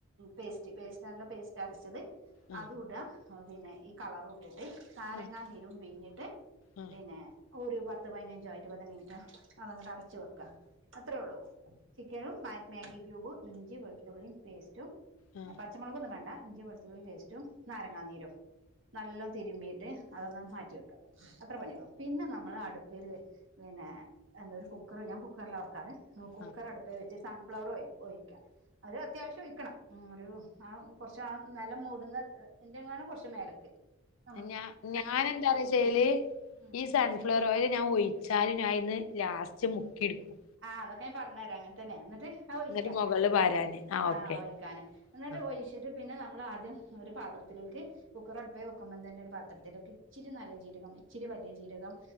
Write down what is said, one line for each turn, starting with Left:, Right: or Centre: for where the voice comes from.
Right: പേസ്റ്റ് പേസ്റ്റ് നല്ല പേസ്റ്റ് ച്ചി അരച്ചത്
Left: ആ
Right: അതൂടുക പിന്നെ ഈ കളർ ഇട്ടിട്ട് നാരങ്ങ
Left: ആ
Right: നീരും പിഞ്ഞിട്ട്
Left: ആ ആ
Right: ന്നെ ഒരു പത്ത് പതിനഞ്ചോ ഇരുപത് മിനിറ്റോ അതങ്ങോട്ട് അടച്ചു വെ ക്ക അത്രള്ളൂ ചിക്കനും മാഗി ക്യൂബും ഇഞ്ചി വെളുത്തുള്ളിയും പേസ്റ്റും
Left: ആ ആ
Right: പച്ചമുളകൊന്നും വേണ്ട ഇഞ്ചിം വെളുത്തുള്ളി പേസ്റ്റും നാരങ്ങാനീരും നല്ലോ തിരുമീ ട്ട് അതൊന്ന് മാറ്റിവെക്ക അത്ര പണിയുള്ളൂ പിന്നെ നമ്മള് അടുപ്പില് പിന്നെ എന്താ ഒരു കുക്കർ ഞാൻ കുക്കറിലാ വേ ക്കാർ കുക്കറ്
Left: ആ
Right: അടുപ്പേ വെച്ച് സൺഫ്ലവർ ഓയിൽ ഓയിക്കാം അത് അത്യാവശ്യം ഒഴിക്കണം മ് ഒരു ആഹ് കുറച്ച് ആ നിലം മൂടുന്ന ൻ്റെങ്ങാണ് കുറച്ച് മേലേക്ക് <inaudible>
Left: ഞാ ഞാനെന്താ ചെയ്യല്
Right: ഉം
Left: ഈ സൺഫ്ലവർ ഓയില് ഞാൻ ഒയിച്ചാലും ഞാൻ അയിന്ന് ലാസ്റ്റ് മുക്കിടുക്കും
Right: ആഹ് അതൊക്കെ ഞാൻ പറഞ്ഞരാം അങ്ങനെ തന്നാ എന്നിട്ട് അത് ഒയിക്കാ
Left: എന്നിട്ട് മുകളില് പാരാന് ആ
Right: ആഹ്
Left: ഓക്കെ
Right: ഒയിക്കാന് എന്നിട്ട്
Left: ആ
Right: ഒഴിച്ചിട്ട് പിന്നെ നമ്മളാദ്യം ഒരു പാത്രത്തിലേക്ക് കുക്കർ അടുപ്പേ വെക്കുമ്പോം തന്നെ ഒരു പാത്രത്തിലേക്ക് ഇച്ചിരി നല്ല ജീരകം ഇച്ചിരി വലിയ ജീരകം